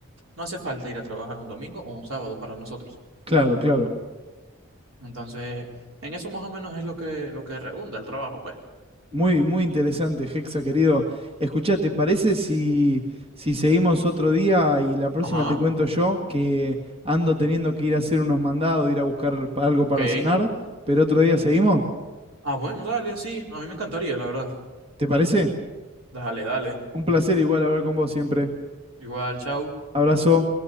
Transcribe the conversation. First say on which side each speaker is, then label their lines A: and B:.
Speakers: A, on the right; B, on the right.
A: no hace falta ir a trabajar un domingo o un sábado para nosotros.
B: Claro, claro.
A: Entonces, en eso más o menos es lo que, lo que redunda el trabajo, pues.
B: Muy, muy interesante, Hexa, querido. Escuchá, ¿te parece si, si seguimos otro día y la próxima
A: Ajá,
B: te cuento yo que ando teniendo que ir a hacer unos mandados, ir a buscar pa- algo para
A: ok.
B: cenar, pero otro día seguimos?
A: Ah, bueno, dale, sí, a mí me encantaría, la verdad.
B: ¿Te parece?
A: Dale, dale.
B: Un placer igual hablar con vos siempre.
A: Igual, chao.
B: Abrazo.